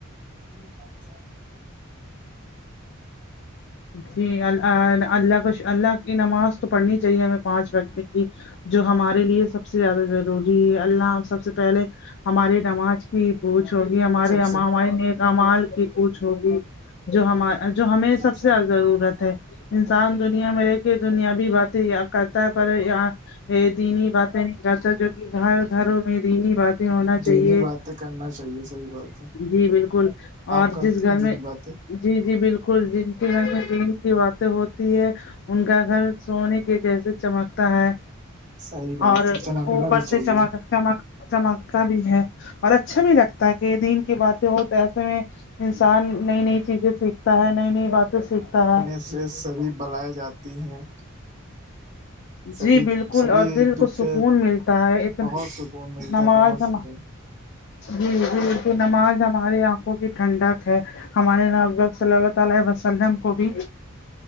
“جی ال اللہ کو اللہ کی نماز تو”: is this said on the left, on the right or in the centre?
Left